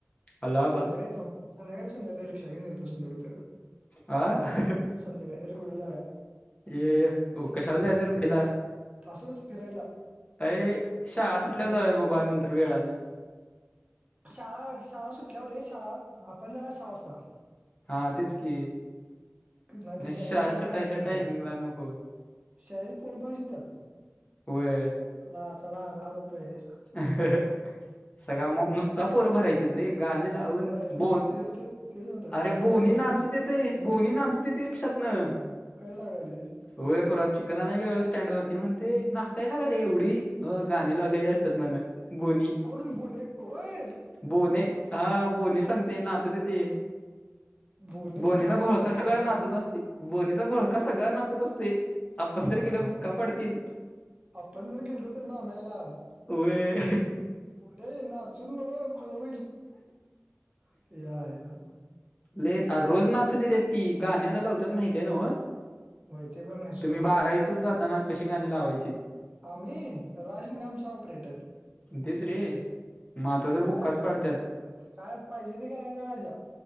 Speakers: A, on the left; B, on the right.
A: हॅलो आबा
B: संध्याकाळी येतो संध्याकाळीेतो संध्या येतो रिकक्षा घेन येतो संध्या घेतो तुझाकड
A: आ ह
B: संध्याकाळी लेगुलार जाऊया
A: ये कशाला जायचं रुकडीला
B: असंच फिरायला
A: अे शाळा सुटल्या
B: अन
A: जाऊया बाबा नंतर वेळान
B: शाळा शाळा सुटल्यावर शाळा आपण जाऊ या सहा वाजता
A: हा तेच की
B: नाही तर शाळेची
A: शाळा
B: पोर
A: सुटायच्या
B: भरायची मग
A: टायमिंगला
B: त्यात
A: नको
B: शाळेची पोर पाहिजे त्यात
A: वय
B: चला चला दहा रुपये
A: अ सगळा मग नुसता पोर भरायची रे गाणी लावून
B: वय नुसते
A: बोन
B: होते तेच होतं
A: अरे
B: बोन
A: बोनी नाचूदेत
B: बिन
A: ते बोवनी नाचू देते ते रिक्षात न ते
B: काय सांगालेस
A: होय परवात चिकन नाही गे स्टँड वरती म्हणते नाचताय सग का रे एवढी गाणी लावलेली असते ते म्हणा गोनी
B: कोण
A: हा
B: बोने होय
A: बोणे हा बोणे सांगते
B: बो
A: नाचतते
B: बोने
A: बोनीचा
B: तसला आहे सोड
A: घोळका
B: ते
A: सगळ
B: क्रॅकेड
A: नाचत असते बोनीचा घोळका सगळळा नाचत असते आपण
B: त्याच्या
A: तर गेलो तर बुक्का
B: आईला
A: पडतील
B: आपण जर गेलो तर नानायला
A: वय
B: ये नाचून नको खुल होईल याच्या आईला
A: लले रोज नाचू देणत्यात ती गाण्या लावतात माहिती आहे ना
B: होय ते पण नाही
A: तुम्ही
B: सोड
A: बारावीतच जाताना तुम्ही कशी गाणी लावायची
B: आम्ही राजमडमचा ऑपरेटर
A: तेच रे मग आता तर
B: काय
A: बुक्काच पाडत्यात.
B: काय पाहिजे ते करायच राजा.